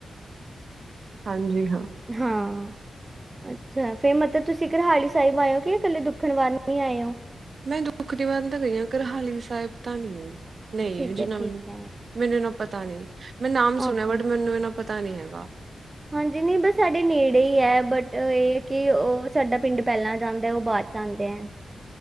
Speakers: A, on the right (about 50°); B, on the right (about 20°).
A: ਹਾਂਜੀ ਹਾਂ
B: ਹਾਂ ਅੱਛਾ ਫਿਰ ਮਤਲਬ ਤੁਸੀਂ ਕਰਹਾਲੀ ਸਾਹਿਬ ਆਏ ਹੋ ਕਿ ਇਕੱਲੇ ਦੁੱਖਣ ਵਾਰ ਨੂ ਹੀ ਆਏ ਹੋ
A: ਮੈਂ ਦੁੱਖ <unintelligible> ਤਾਂ ਗਹੀ ਆ ਕਰਹਾਲੀ ਸਾਹਿਬ ਤਾਂ ਨੀ ਨਹੀਂ
B: ਠੀਕ
A: ਜਿੰਨਾ
B: ਹੈ ਠੀਕ
A: ਨੂੰ
B: ਹੈ
A: ਮੈਨੂੰ ਇਨਾ ਪਤਾ ਨੀ ਮੈਂ ਨਾਮ ਸੁਣਿਆ
B: ਓਕੇ
A: ਬਟ ਮੈਨੂੰ ਇਹਨਾ ਪਤਾ ਨਹੀਂ ਹੈਗਾ
B: ਹਾਂਜੀ ਨਹੀਂ ਬਸ ਸਾਡੇ ਨੇੜੇ ਹੀ ਹੈ ਬਟ ਇਹ ਕਿ ਉਹ ਸਾਡਾ ਪਿੰਡ ਪਹਿਲਾਂ ਆ ਜਾਂਦਾ ਉਹ ਬਾ ਜਾਂਦੇ ਐਂ